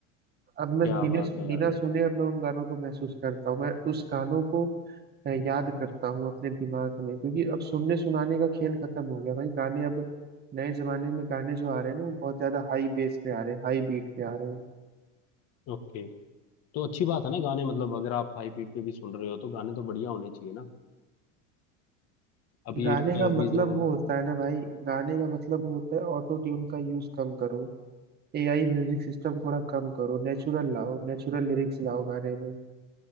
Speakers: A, on the right; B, on the left.
A: अब मैं
B: क्या
A: बिना
B: बात है
A: बिना
B: यार
A: सुने अब मैं उन गानों को महसूस करता हूँ मैं उस गानों को अ, याद करता हूँ अपने दिमाग में क्योंकि अब सुनने सुनाने का खेल खत्म हो गया भाई गाने अब नए जमाने में गाने जो आ रहे हैं ना वो बहुत ज्यादा हाई बेस पे आ रहे हैं हाई बीट पे आ रहे हैं
B: ओके तो अच्छी बात है ना गाने मतलब अगर आप हाई पीट पे भी सुन रहे हो तो गाने तो बढ़िया होने चाहिए ना अब ये
A: गाने का
B: अभी
A: मतलब
B: जो
A: वो होता है ना भाई गाने का मतलब वो होता है ऑटो ट्यून का यूज कम करो एआई म्यूजिक सिस्टम थोड़ा कम करो नेचुरल लाओ नेचुरल लिरिक्स लाओ गाने में